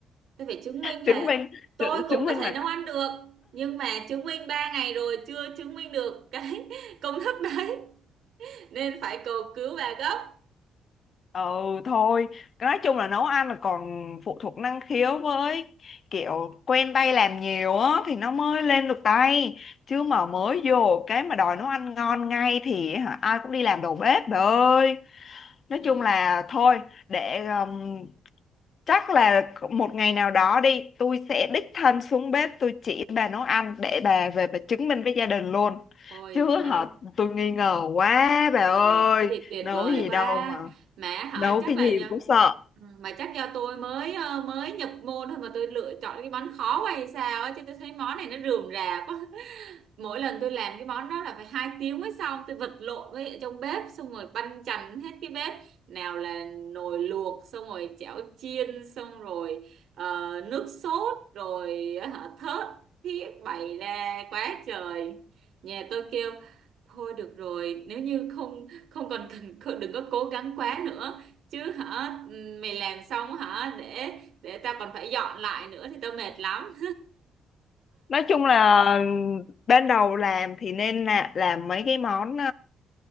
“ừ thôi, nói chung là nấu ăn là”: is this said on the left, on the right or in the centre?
Left